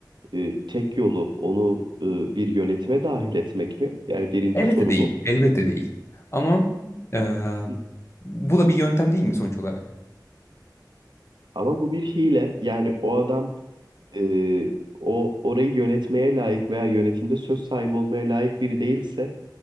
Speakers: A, on the right; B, on the left.
A: e, tek yolu onu e, bir yönetime dahil etmek mi? Yani birinci
B: Elbette
A: soru
B: değil.
A: bu.
B: Elbette değil. Ama e,
A: Hı.
B: bu da bir yöntem değil mi sonuç olarak?
A: Ama bu bir hile. Yani o adam e, o orayı yönetmeye layık veya yönetimde söz sahibi olmaya layık biri değilse